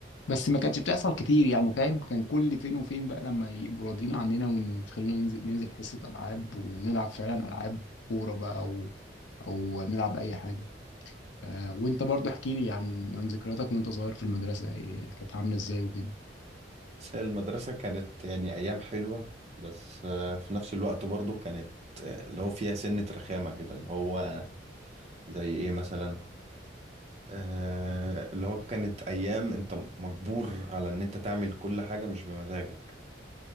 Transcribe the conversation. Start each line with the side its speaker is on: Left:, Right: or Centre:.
Left: بس ما كانتش بتحصل كتير يعني فاهم كان كل فين وفين بقى لما يبقوا راضيين عننا ويخلونا ننزل ننزل حصة ألعاب ونلعب فعلا ألعاب كورة بقى أو أو نلعب أي حاجة آه وأنت برضه احكي لي عن عن ذكرياتك وأنت صغير في المدرسة إيه كانت عاملة إزاي وكده
Right: بس هي المدرسة كانت يعني ايام حلوة بس آه، في نفس الوقت برضو كانت آه، اللي هو فيها سنة رخامة كده اللي هو زي ايه مثلا آه، اللي هو كانت ايام انت مجبور على ان انت تعمل كل حاجة مش بمزاجك